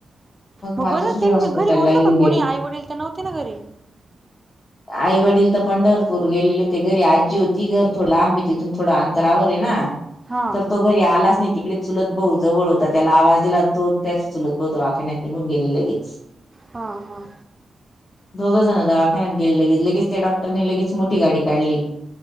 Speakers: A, on the right; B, on the left.
A: मग
B: मातोश्री
A: बरं त्यांन
B: हॉस्पिटलला
A: घरी होतं
B: येऊन
A: का
B: गेले
A: कोणी? आई -वडील तर नव्हते ना घरी.
B: आई-वडील तर पंढरपूर गेलेले, ते घरी आज्जी होती घर थोडं लांब तिथून थोडं अंतरावर ये ना.
A: हा
B: तो पो घरी आलाच नाही तिकडेच चुलत भाऊ जवळ होता, त्याला आवाज दिला, तो त्याच चुलत भाऊ दवाखान्यात निघून गेले लगेच. <inaudible>
A: हा-हा.
B: दोघं जण दवा ण्यात गेले लगेच, लगेच त्या डॉक्टरनी लगेच मोठी गाडी काढली.